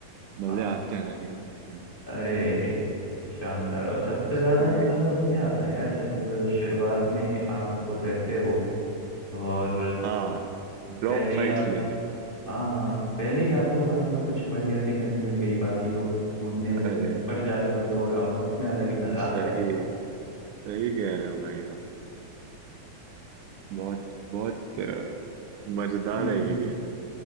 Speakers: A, on the right; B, on the left.
A: मजे
B: हाँ,
A: आते हैं ना गेम खेलने में
B: अरे शानदार और सबसे
A: उसमें
B: ज्यादा मजा तो उसमें आता है यार जब शुरुआत में आप उतरते हो और
A: हाँ ड्रॉप
B: पहले ही
A: फाइट्स
B: आपको
A: लेने में
B: हाँ हाँ पहले ही आपको मान लो कुछ बढ़िया सी गन मिल गई बाकी लोग ढूंढने में
A: अरे
B: लगे पर जाके उनको उड़ाओ ना उसमें अलग ही मजा आता
A: सही
B: है
A: सही कह रहे हो भाई आप बहुत बहुत अ, मजेदार
B: हम्म
A: है ये गेम